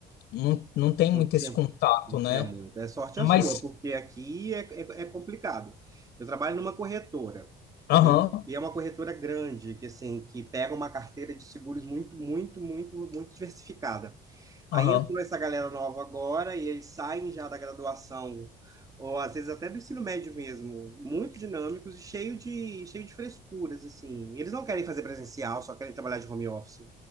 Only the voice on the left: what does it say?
não, não tem
muito
esse contato,
né?
Mas,
aham,
aham,